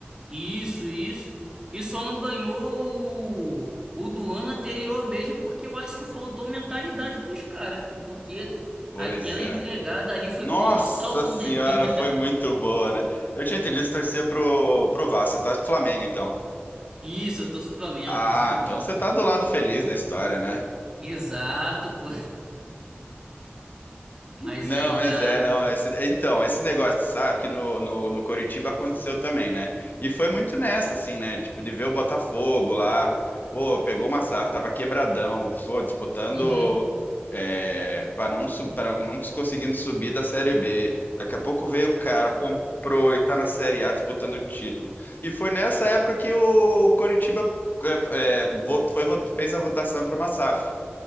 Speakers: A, on the right; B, on the left.
A: Isso, isso. E só não ganhou o, o do ano anterior mesmo, porque eu acho que faltou mentalidade pros caras, filho, porque
B: Pois
A: aquela
B: é.
A: entregada ali foi
B: Nossa
A: colossal também.
B: senhora,
A: <laughs>
B: foi muito boa, né? Eu tinha entendido que você torcia pro, pro Vasco, você torce pro Flamengo, então.
A: Isso, eu torço pro Flamengo,
B: Ah,
A: torço pro Flamengo.
B: então você tá do lado feliz da história, né?
A: Exato, pô. Mas
B: Não,
A: aí
B: mas
A: a.
B: é, não. Esse, é, então, esse negócio, sabe, que no, no, no Coritiba aconteceu também, né? E foi muito nessa, assim, né? Tipo, de ver o Botafogo lá, pô, pegou uma safra, tava quebradão, pô, disputando
A: Uhum,
B: é, para não, sub- pra não conseguindo subir da Série B. Daqui a pouco veio o cara, comprou e tá na Série A disputando o título. E foi nessa época que o Coritiba é, é, vo- foi, vo- fez a votação para uma SAF.